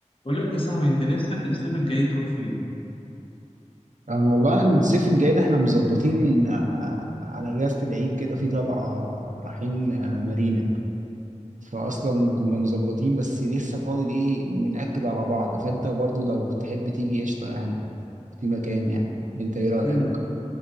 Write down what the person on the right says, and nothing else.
أنا والله الصيف الجاي ده احنا مظبطين آه، على اجازة العيد كده في طلعة رايحين آه، مارينا فاصلا كنا مظبطين بس لسه فاضل ايه بنأكد على بعض فانت برضو لو تحب تيجي قشطة يعني في مكان يعني انت ايه رأيك